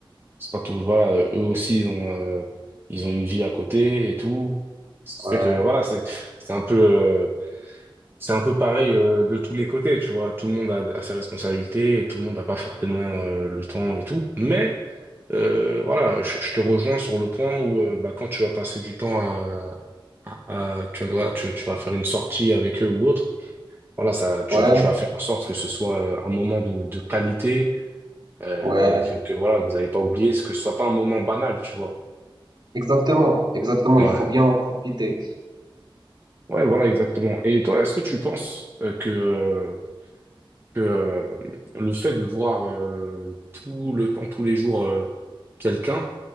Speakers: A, on the right; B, on the right.
A: c'est pas tous. Voilà, euh, eux aussi ils ont euh, ils ont une vie à côté et tout. Ça
B: Ouais,
A: fait que voilà, c'est c'est un peu euh, c'est un peu pareil euh, de tous les côtés, tu vois. Tout le monde a, a ses responsabilités, et tout le monde n'a pas forcément euh, le temps et tout, mais euh, voilà, je, je te rejoins sur le point où euh, bah, quand tu vas passer du temps à, euh, tu dois, tu, tu vas faire une sortie avec eux ou autre. Voilà, ça, tu,
B: ouais,
A: tu vas faire en sorte que ce soit euh, un moment de, de qualité, euh,
B: ouais.
A: que, que voilà, vous n'allez pas oublier, ce que ce soit pas un moment banal, tu vois.
B: Exactement, exactement.
A: Ouais,
B: Il faut bien en profiter.
A: ouais, voilà, exactement. Et toi, est-ce que tu penses euh, que, euh, que euh, le fait de voir euh, tout le temps, tous les jours, euh, quelqu'un,